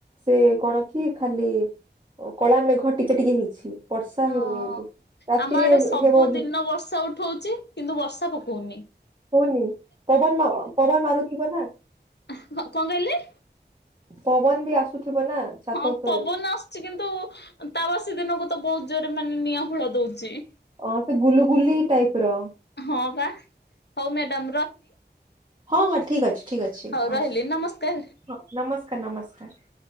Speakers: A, on the right; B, on the left.
A: ସେ କଣ କି ଖାଲି କଳା ମେଘ ଟିକେ ଟିକେ ହେଇଛି। ବର୍ଷା
B: ଓହୋ
A: ହେଉନି ଏବେ। ରାତିରେ
B: ଆମ ଆଡେ ସବୁଦିନ
A: ହେବ ବି
B: ବର୍ଷା ଉଠୋଉଚି କିନ୍ତୁ ବର୍ଷା ପକୋଉନି।
A: ହୋଉନି ପବନ ପବନ ମାରୁଥିବ ନା।
B: ହଁ। କଣ କହିଲେ?
A: ପବନ ବି ଆସୁଥିବ ନା? ଛାତ
B: ହଁ
A: ଉପରେ
B: ପବନ ଆସୁଛି କିନ୍ତୁ ତାବାସୀ ଦିନକୁ ତ ବହୁତ୍ ଜୋରେ ମାନେ ନିଆଁ ହୁଳା ଦୋଉଛି।
A: ଅଁ ସେ ଗୁଲୁଗୁଲି ଟାଇପ୍ ର।
B: ହଁ ବା ହଉ ମ୍ୟାଡାମ
A: ହଁ ହଁ ଠିକ୍ ଅଛି। ଠିକ ଅଛି
B: ହୋଉ
A: ହଁ
B: ରହିଲି ନମସ୍କାର।
A: ହଁ ନମସ୍କାର ନମସ୍କାର।